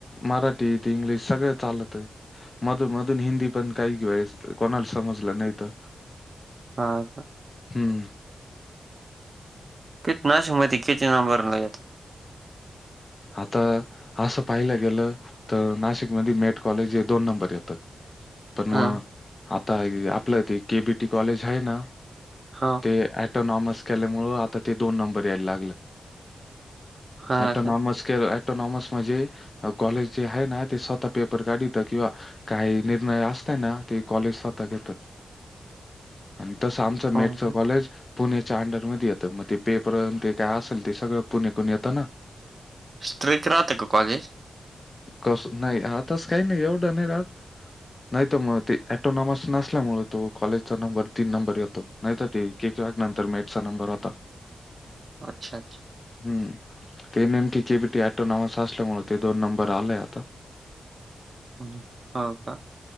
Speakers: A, on the left; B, on the right.
A: मराठी ते इंग्लिश सगळ चालत. मधून मधून हिंदी पण काही वेळेस कोणाला समजलं नाही तर.
B: हा का
A: हम्म
B: किती नाशिक मध्ये किती नंबरला येतात.
A: आता असं पाहिला गेल तर नाशिकमध्ये मेट कॉलेज हे दोन नंबर येत. पण मग
B: हा
A: आता आपल तेे केबीटी कॉलेज आहे ना
B: हा
A: ते ऑटोनॉमस केल्यामुळं आता ते दोन नंबरला यायला लागलं.
B: हा
A: एटोनॉमस
B: का
A: के एऍटोनॉमस म्हणजे कॉलेज जे आहे ना ते स्वतः पेपर काढित किंवा काही निर्णय असतय ना ते कॉलेज स्वतः घेत. आणि तसं आमचं
B: हो
A: मेटचं
B: का
A: कॉलेज पुण्याच्या अंडरमध्ये येतं मग ते पेपर ते काय असेल ते सगळं पुण्यातून येतं ना
B: स्ट्रिक्ट राहतं का कॉलेज?
A: कस नाही आताच काही नाही एवढं नाही राहात. नाही तर म ते ॲटोनॉमस नसल्यामुळे तो कॉलेजचा नंबर तीन नंबर येतो. नाही तर ते केक वॅक नंतर मेटचा नंबर होता.
B: अच्छा अच्छा.
A: हम्म. ते नेमकी केबीटी ऍटोनॉमस असल्यामुळ ते दोन नंबर आलेय आता.
B: हम् हो का.